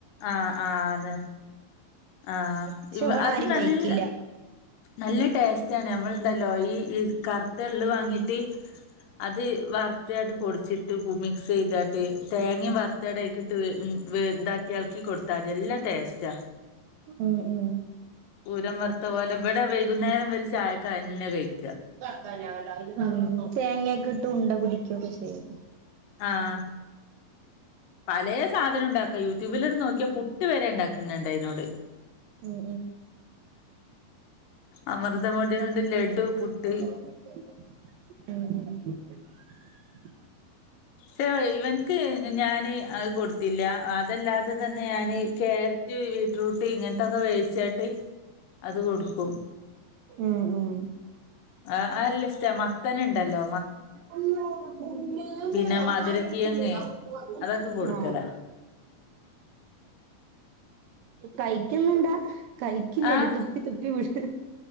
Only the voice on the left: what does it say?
ആഹ് ആഹ് അതെ ആഹ്
ഇവ
അത്
നല്ല
നല്ല ടേസ്റ്റ ആണ് നമ്മള് ഇണ്ടല്ലോ ഈ ഈ കറുത്ത എള്ള് വാങ്ങിട്ട് അത് വർ <unintelligible> പൊടിച്ചിട്ട് മിക്സ് ചെയ്താട്ട് തേങ്ങയും വർത്താണ്ട് അയ്ക്ക്ട്ട് വേ വേ എളക്കി കൊടുത്താതി നല്ല ടേസ്റ്റാ
കൂരം വറുത്ത പോലെ ഇവിടെ വൈകുന്നേരം ഇവല് ചായക്കതന്നെ കഴിക്ക
ആഹ് പലയ സാധനം ഉണ്ടാക്ക യൂട്യൂബിലട് നോക്കിയാ പുട്ട് വരെ ഉണ്ടാക്കുന്നുണ്ട് അതിനോട്
അമൃതം പൊടി കൊണ്ട് ലഡു
പുട്ട് കോ ഇവനക്ക് ഞാന് അത് കൊടുത്തില്ല അ അതല്ലാതെ തന്നെ ഞാന് ക്യാരറ്റ് ബീറ്റ്റൂട്ട് ഇങ്ങനത്തെൊക്കെ വേവിച്ചട്ട് അത് കൊടുക്കും
അ അത് ല്ല ഇഷ്ട്ട മത്തന്ണ്ടല്ലോ
പിന്നെ മധുരക്കിഴങ്ങ് അതൊക്കെ കൊടുക്കല
ആഹ്